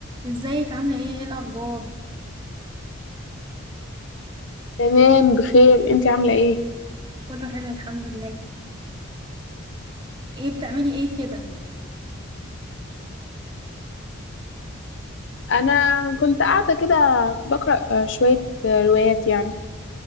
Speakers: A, on the right (about 20°); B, on the left (about 60°).
A: ازيك عاملة ايه ايه الأخبار؟
B: تمام بخير انتي عاملة ايه؟
A: كله حلو الحمد لله ايه بتعملي ايه كده؟
B: انا كنت قاعدة كده بقرأ آه، شوية آه، روايات يعني